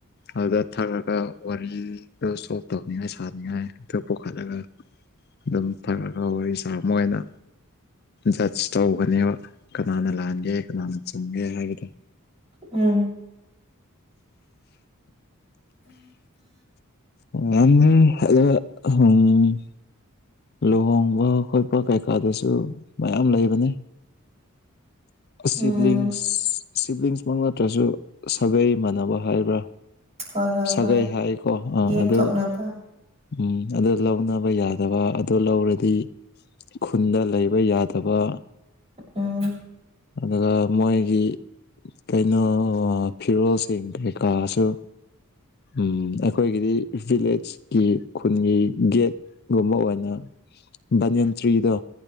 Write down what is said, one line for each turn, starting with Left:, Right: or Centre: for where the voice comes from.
Left: ꯑꯗꯨꯗ ꯊꯥꯛꯔꯒ ꯋꯥꯔꯤꯗꯣ ꯁꯣꯛꯇꯕꯅꯤꯅ ꯁꯥꯅꯤꯡꯉꯥꯏ ꯑꯗꯨ ꯄꯨꯈꯠꯂꯒ ꯑꯗꯨꯝ ꯊꯛꯔꯒ ꯋꯥꯔꯤ ꯁꯥ ꯃꯣꯏꯅ ꯖꯁ꯭ꯗ ꯇꯧꯒꯅꯦꯕ ꯀꯅꯥꯅ ꯂꯥꯟꯒꯦ ꯀꯅꯥꯅ ꯆꯨꯝꯒꯦ ꯍꯥꯏꯕꯗꯣ
Right: ꯎꯝ
Left: ꯅꯪ ꯑꯗ ꯑꯍꯨꯝ ꯂꯨꯍꯣꯡꯕ ꯈꯣꯠꯄ ꯀꯩꯀꯥꯗꯁꯨ ꯃꯌꯥꯝ ꯂꯩꯕꯅꯤ
Right: ꯎꯝ
Left: ꯁꯤꯕ꯭ꯂꯤꯡꯁ ꯁꯤꯕ꯭ꯂꯤꯡꯁꯃꯛ ꯅꯠꯇ꯭ꯔꯁꯨ ꯁꯥꯒꯩ ꯃꯥꯟꯅꯕ ꯍꯥꯏꯕ꯭ꯔꯥ
Right: ꯍꯣꯏ ꯍꯣꯏ
Left: ꯁꯥꯒꯩ
Right: ꯍꯣꯏ
Left: ꯍꯥꯏꯀꯣ ꯑꯥ
Right: ꯌꯦꯛꯊꯣꯛꯅꯕ
Left: ꯑꯗꯨ ꯎꯝ ꯑꯗꯨ ꯂꯧꯅꯕ ꯌꯥꯗꯕ ꯑꯗꯨ ꯂꯧꯔꯗꯤ ꯈꯨꯟꯗ ꯂꯩꯕ ꯌꯥꯗꯕ
Right: ꯎꯝ
Left: ꯑꯗꯨꯒ ꯃꯣꯏꯒꯤ ꯀꯩꯅꯣ ꯐꯤꯔꯣꯜꯁꯤꯡ ꯀꯩꯀꯥꯁꯨ ꯎꯝ ꯑꯩꯈꯣꯏꯒꯤꯗꯤ ꯚꯤꯂꯦꯖꯀꯤ ꯈꯨꯟꯒꯤ ꯒꯦꯠ ꯒꯨꯝꯕ ꯑꯣꯏꯅ ꯚꯅꯤꯌꯟ ꯇ꯭ꯔꯤꯗꯣ